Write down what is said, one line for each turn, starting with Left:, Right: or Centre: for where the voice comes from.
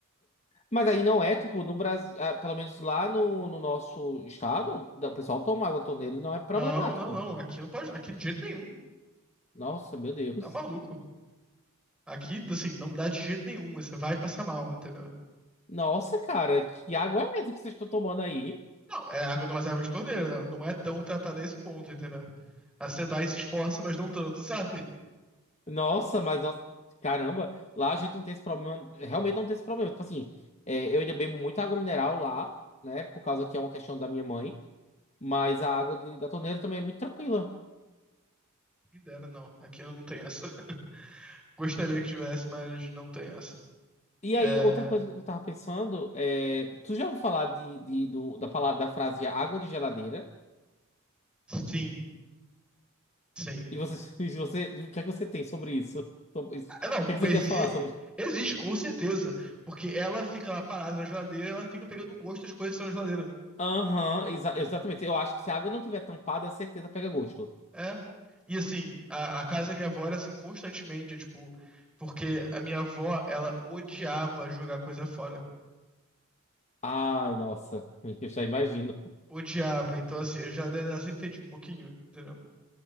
Left: Mas aí não é, tipo, no Brasil, ah, pelo menos lá no, no nosso estado, da- o pessoal toma água da torneira e não é problemático.
Centre: Não, não, não. Aqui não pode. Aqui de jeito nenhum.
Left: Nossa, meu Deus.
Centre: Tá maluco. Aqui, assim, não dá de jeito nenhum. Você vai passar mal, entendeu?
Left: Nossa, cara, que água é essa que vocês estão tomando aí?
Centre: Não, é água, não, mas é água de torneira. Ela não é tão tratada a esse ponto, entendeu? A SEDAI se esforça, mas não tanto, <laughs> sabe?
Left: Nossa, mas nós... caramba, lá a gente não tem esse problema, realmente não tem esse problema. Tipo assim, é, eu ainda bebo muita água mineral lá, né? Por causa que é uma questão da minha mãe, mas a água de- da torneira também é muito tranquila.
Centre: Quem dera, não. Aqui não tem essa. <laughs> Gostaria que tivesse, mas não tem essa.
Left: E aí,
Centre: É...
Left: outra coisa que eu tava pensando é, tu já ouviu falar de, de- do- da palavra, da frase água de geladeira?
Centre: Sim, sim.
Left: E você, <laughs> e você, o que é que você tem sobre isso? Sobre isso?
Centre: Ah,
Left: O
Centre: Não,
Left: que é que você
Centre: exi-
Left: tem a falar sobre?
Centre: existe, com certeza. Porque ela fica lá parada na geladeira, ela fica pegando o gosto das coisas que estão na geladeira.
Left: Aham, exa- exatamente. Eu acho que se a água não tiver tampada, a certeza pega gosto.
Centre: É. E assim, a, a casa da minha avó era assim constantemente, tipo, porque a minha avó, ela odiava jogar coisa fora.
Left: Ai, nossa, eu já imagino.
Centre: Odiava. Então, assim, a geladeira dela sempre fedia um pouquinho, entendeu?